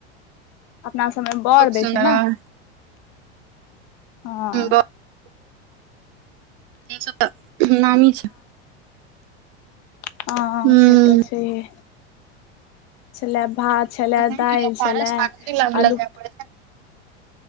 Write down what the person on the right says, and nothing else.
बहुत
सुन्दर
हूँ
बहुत ई सब तऽ नामी छै।
हूँ
पारस
आरती लाबे ला
जाय पड़ै छै ने